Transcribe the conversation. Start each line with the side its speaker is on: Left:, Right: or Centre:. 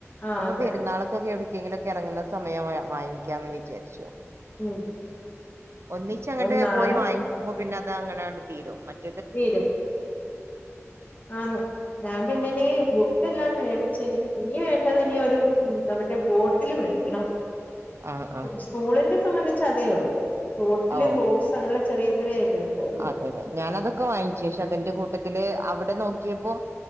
Left: ആഹ്
Right: ഇപ്പൊ
Left: അതെ
Right: പെരുന്നാളൊക്കെ കേെ എടക്കെങ്കിലൊക്കെ ഇറങ്ങുന്ന സമയം വാങ്ങിക്കാന്ന് വിചാരിച്ചോ
Left: ഉം
Right: ഒന്നിച്ച്
Left: അപ്പം
Right: അങ്ങോട്ട്
Left: നാളെ
Right: പോയി വാങ്ങിക്കുമ്പോ പിന്നെ അത് അങ്ങനെണ്ട് തീരും മറ്റ
Left: തീരും ആ ഞാൻ പിന്ന നി ഇതെല്ലാം മേടച്ച് ഇനി ഇനിവേണ്ടത് ഇനി ഒരു നമ്മേ ബോട്ടില് മേടിക്കണം
Right: ആഹ് ആഹ്
Left: സ്കൂളിന്റെ സംബന്ധിച്ച അതേ ഉള്ളു ബോട്ടില്
Right: ഓ
Left: ബോ ക്സ് അങ്ങനെള്ള ചെിയ ചെറിയ ഐറ്റംസ്
Right: അതെ അതെ ഞാാന അതൊക്കെ വാങ്ങിച്ച അന്റെ കൂട്ടത്തില് അവിടെ നോക്കിയപ്പോ